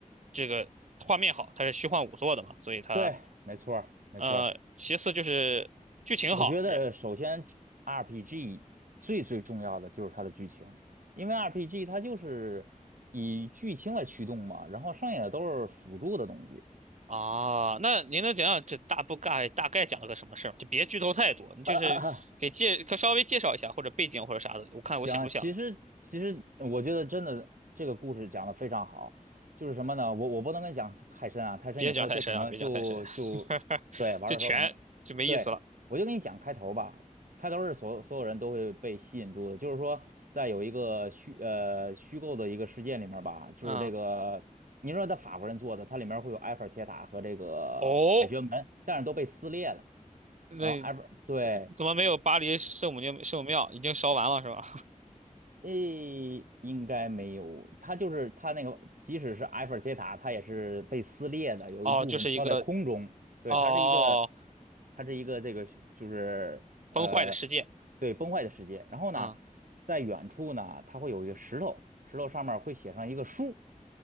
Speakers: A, on the right; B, on the right.
A: 这个画面好，它是虚幻五做的嘛，所以它
B: 对，没错儿，没错儿。
A: 呃，其次就是剧情好，
B: 我觉得首先 RPG 最最重要的就是它的剧情，因为 RPG 它就是以剧情来驱动嘛，然后剩下的都是辅助的东西。
A: 哦，那您能讲讲这大不概大概讲了个什么事儿吗？就别剧透太多，你就是给介可稍微介绍一下或者背景或者啥的，
B: <laughs>
A: 我看我想不想，
B: 行啊，其实其实我觉得真的这个故事讲的非常好，就是什么呢？我我不能跟你讲太深啊，太深以后这可能就就对玩的时候可能
A: 别讲太深啊，别讲太深，<laughs> 就全就没意思了。
B: 对我就跟你讲开头吧，开头是所所有人都会被吸引住的，就是说在有一个虚呃虚构的一个事件里面吧，就是这个你说他法国人做的，
A: 嗯，
B: 它里面会有埃菲尔铁塔和这个凯旋门，
A: 哦，
B: 但是都被撕裂了，
A: 那
B: 然后埃菲尔对。
A: 怎么没有巴黎圣母庙？圣母庙已经烧完了是吧？
B: 诶，应该没有。它就是它那个，即使是埃菲尔铁塔，它也是被撕裂的，
A: <laughs>
B: 有一部分飘在空中。
A: 哦，就是一个
B: 对，
A: 哦哦，
B: 它是一个，
A: 哦
B: 它是一个这个就是呃，
A: 崩坏的世界。
B: 对，崩坏的世界。然后呢，
A: 嗯，
B: 在远处呢，它会有一个石头，石头上面会写上一个数，